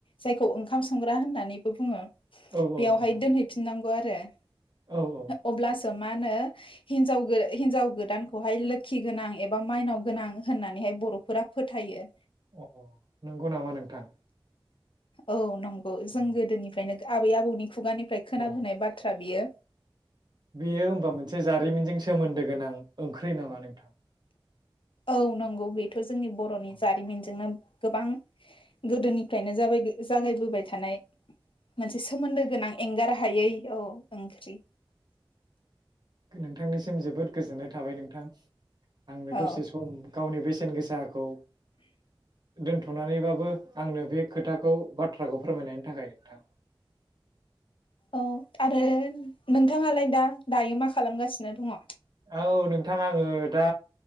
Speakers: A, on the left (about 70°); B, on the right (about 50°).
A: जायखौ ओंखाम संग्रा होननानैबो बुङो।
B: औ
A: बेयावहाय
B: औ नोंथां
A: दोनहैफिननांगौ आरो <unintelligible>
B: औ औ
A: अब्लासो मा होनो हिनजाव हिनजाव गोदानखौहाय लोखि गोनां एबा माइनाव गोनां होननानैहाय बर'फोरा फोथायो।
B: अ नंगौ नामा नोंथां
A: औ नं गौ जों
B: अ
A: गोदोनिफ्रायनो आबै आबौनि खुगानिफ्राय खोनाबोनाय
B: अ
A: बाथ्रा बियो
B: बेयो होमबा मोनसे जारिमिनजों सोमोन्दो गोनां। ओंख्रि नामा नोंथां
A: औ नंगौ बे थ' जोंनि बर'नि
B: अ
A: जारिमिनजोंनो गोबां गोदोनिफ्रायनो जागाय जागायबोबाय थानाय मोनसे सोमोन्दो गोनां एंगार हायै औ ओंख्रि
B: नोंथांनिसिम जोबोद गोजोननाय थाबाय नोंथां। आंनो
A: औ
B: दसे सम गावनि बेसेन गोसाखौ दोन्थ'नानैबाबो आंनो बे खोथाखौ बाथ्राखौ फोरमायनायनि थाखाय नोंथां।
A: औ आरो नोंथांआलाय दा दायो मा खालामगासिनो दङ'?
B: औ नोंथां आङो दा